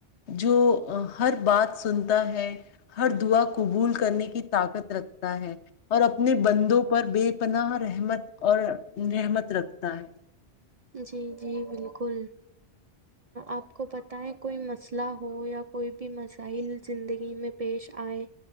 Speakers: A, on the left; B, on the right.
A: جو ہر بات سنتا ہے ہر دعا کو قبول کرنے کی طاقت رکھتا ہے اور اپنے بندوں پر بے پناہ رحمت اور رحمت رکھتا ہے
B: جی جی بالکل آپ کو پت ہے کوئی مسئلہ ہو یا کوئی بھی مسائل زندگی میں پیش آئے